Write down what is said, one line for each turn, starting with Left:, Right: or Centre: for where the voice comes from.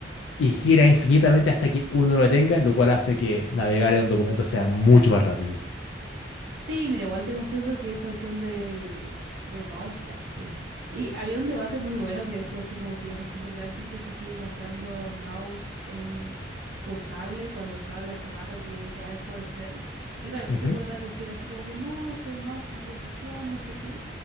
Left: y gira infinitamente hasta que uno lo detenga, lo cual hace que navegar en un documento sea mucho más rápido.
Right: Sí, mira, igual te confieso que esa cuestión del, del mouse, ya, sí. Y había un debate muy bueno que decía así como que no sé por qué la gente se sigue comprando mouse eh, con cable cuando el cable hace rato que ya dejó de ser. Y claro,
Left: Ujú.
Right: tú podrás decir así como que no, es que hay mouse con precisión, no sé qué.